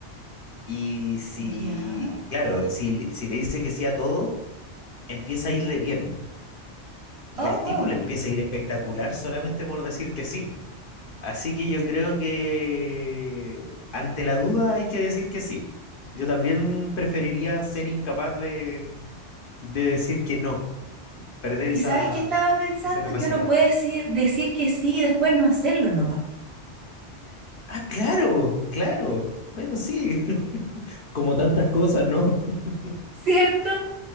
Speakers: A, on the left; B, on the right.
A: Y si,
B: ya.
A: claro, si, le- si le dice que sí a todo, empieza a irle bien. Y
B: Oh,
A: al
B: wow.
A: tipo le empieza a ir espectacular solamente por decir que sí. Así que yo creo que ante la duda hay que decir que sí. Yo también preferiría ser incapaz de de decir que no, perder
B: Y
A: esa,
B: sabes que estaba pensando
A: esa capacidad.
B: que uno puede decir, decir que sí y después no hacerlo nomás.
A: Ah, claro, claro. Bueno, sí. <laughs> Como tantas cosas, ¿no? <laughs>
B: <laughs> ¿Cierto?